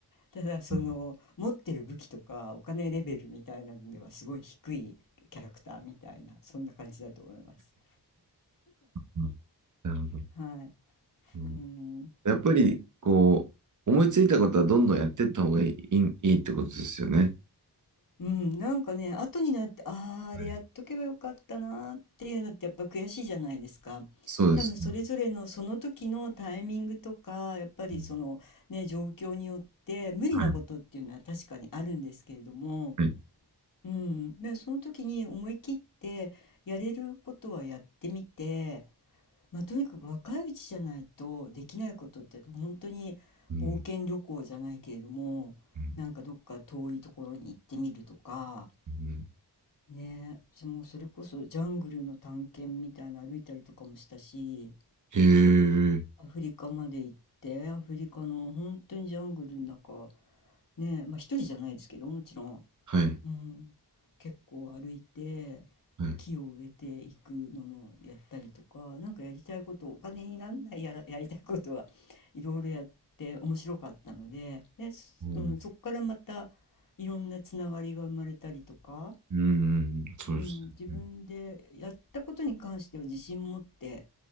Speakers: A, on the left; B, on the right.
A: ただその持ってる武器とかお金レベルみたいなのではすごい低いキャラクターみたいなそんな感じだと思います。
B: うんうんなるほど。
A: はい。
B: うん
A: うん、
B: やっぱり、こう、思いついたことはどんどんやっていった方がいい、いいいいってことですよね。
A: うんなんかね、後になって、ああ、あれやっとけばよかったなーっていうのってやっぱ悔しいじゃないですか。
B: はいそうですね。
A: 多分それぞれのその時のタイミングとか、やっぱりそのね、
B: うん
A: 状況によって無理なことっていうのは確かにあるんですけれども、
B: はい、はい。
A: うん、でその時に思い切ってやれることはやってみて、まあ、とにかく若いうちじゃないとできないことって本当に冒険旅行じゃないけれどもなんかどっか遠いところに行ってみるとか
B: うん、うん、うん
A: ねもうそれこそジャングルの探検みたいな歩いたりとかもしたし
B: へえ、
A: アフリカまで行ってアフリカの本当にジャングルの中ねまあ一人じゃないですけどもちろん
B: はい、
A: うん、結構歩いて
B: はい。
A: 木を植えていくののやったりとかなんかやりたいことお金になんないやら、やりたいことはいろいろやって面白かったので、で、すうん、
B: うん
A: そこからまたいろんなつながりが生まれたりとか、
B: うん、そうですね。
A: うん、自分でやったことに関しては自信持って